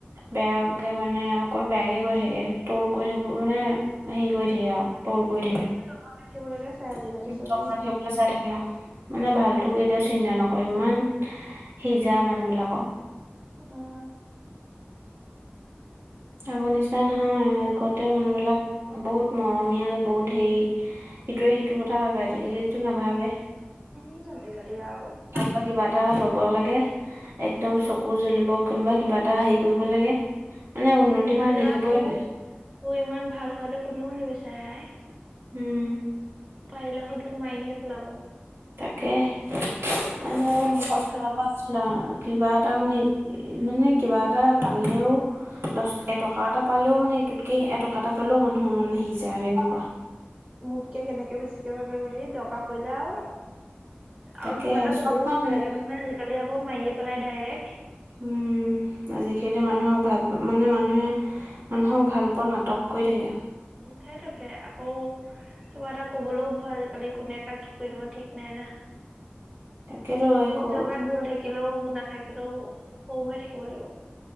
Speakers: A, on the right; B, on the right.
A: বেয়াকে মানে অকল বেয়াকে কৰি থাকে। টোল কৰি থাকো মানে হেৰি কৰি থাকে আৰু। তুল কৰি থাকে।
B: <unintelligible> ৰাখিবলৈকে <unintelligible>
A: <unintelligible>
B: চবেই।
A: মানে ভালটো কেতিয়াও চিন্তা নকৰে। ইমান হিজা মানুহবিলাকক।
B: অ।
A: আগৰ নিচিনা নহয়। আগতে মানুহবিলাক বহুত মৰমীয়াল বহুত হেই ইটোৱে সিটো কথা ভাবে। আজি-কালিটো নাভাবে।
B: ই আজি-কালি আও
A: বা কিবা এটা ল'ব লাগে একদম চকু জ্বলিব। কোনোবা কিবা এটা হাই কৰিব লাগে মানে উন্নতি
B: আজি-কালি
A: হোৱা দেখিবই
B: আৰু তোৰ,
A: নোৱাৰি
B: তোৰ ইমান ভাল হোৱাটো কোনেও নিবিচাৰে আই।
A: উম।
B: পাৰিলে আক' তোক মাৰিহে পেলাব।
A: তাকে <unintelligible>
B: বেছিকে হেৰি
A: আচ্ছা কিবা এটা মানে মানে কিবা এটা পালেও দছ এটকা এটা পালেও মানে ইটোতকে এটকা এটা পালেও মানুহৰ মন হিযা আৰু এনেকুৱা।
B: মোতকে কেনেকে বেছিকে পালে বুলি দকা কৈলেও আও।
A: তাকে
B: আও কিবা এটা কবলৈও
A: চব মানুহে
B: ভয় লাগে নহয় আজি-কালি আকৌ মাৰিয়ে পেলাই ডাইৰেক।
A: উম, আজি-কালি মানুহক ভাল পা মানে মানুহে মানুহক ভাল পোৱা নাটক কৰি থাকে।
B: উ সেইটোকে আকৌ কিবা এটা ক'বলৈও ভয় আজি-কালি কোনে কাক কি কৰি দিব ঠিক নাই না।
A: তাকেতো একো
B: নিজৰ গাত ভুল থাকিলেও, নাথাকিলেও সৰু হৈ থাকিব লাগিব।